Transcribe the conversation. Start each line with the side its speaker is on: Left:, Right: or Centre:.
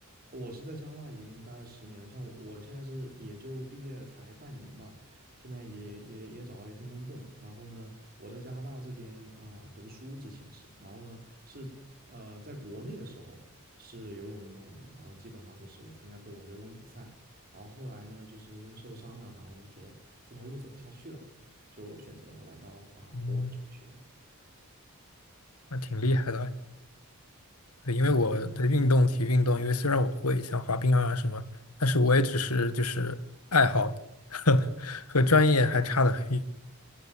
Right: 我是在加拿大已经待了十年了，像我我现在是也就毕业才半年吧，现在也也也找到了一份工作嘛。然后呢，我在加拿大这边啊、读书之前是，然后呢是呃在国内的时候是游泳运动员，然后基本上就是参加各种游泳比赛，然后后来呢就是因为受伤了，然后呢就觉得这条路走不下去了，就选择来到啊、
Left: 嗯，
Right: 国外求学。
Left: 那挺厉害的。对，因为我的运动、体育运动，因为虽然我会像滑冰啊什么，但是我也只是就是爱好，<laughs> 和专业还差得很远。